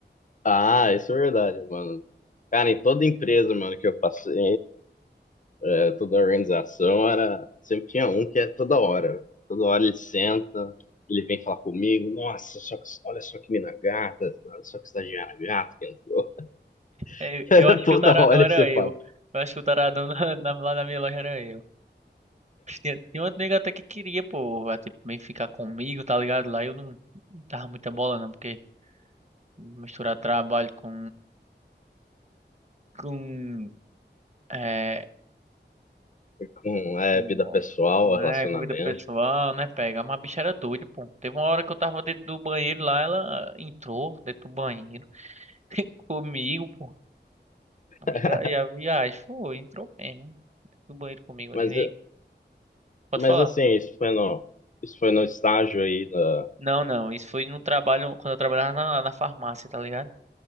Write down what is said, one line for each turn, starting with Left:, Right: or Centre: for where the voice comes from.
Left: ah, isso é verdade, mano. Cara, em toda empresa, mano, que eu passei, é, toda a organização era. Sempre tinha um que é toda hora. Toda hora ele senta, ele vem falar comigo, nossa, só que, olha só que mina gata, olha só que estagiária gata que entrou.
Right: É,
Left: <laughs> Era
Right: eu acho
Left: toda
Right: que o taradão
Left: hora
Right: era
Left: esse papo.
Right: eu. Eu acho que o taradão <laughs> na- na- lá na minha loja era eu. Mas Tinha, tinha outro nego até que queria, pô, vai, tipo, meio que ficar comigo, tá ligado? Lá eu não, não tava muita bola, não, porque misturar trabalho com com, é,
Left: Com é,
Right: com,
Left: vida pessoal,
Right: né,
Left: relacionamento.
Right: com vida pessoal, né, pega. Mas a bicha era doida, pô. Teve uma hora que eu tava dentro do banheiro lá, ela entrou dentro do banheiro <laughs> comigo, pô.
Left: <laughs>
Right: Liga e a viagem foi, entrou mesmo dentro do banheiro comigo.
Left: Mas,
Right: Eu digo, "Ei, pode
Left: mas
Right: falar.
Left: assim, isso foi no, isso foi no estágio aí da.
Right: Não, não, isso foi no trabalho, quando eu trabalhava na, na farmácia, tá ligado?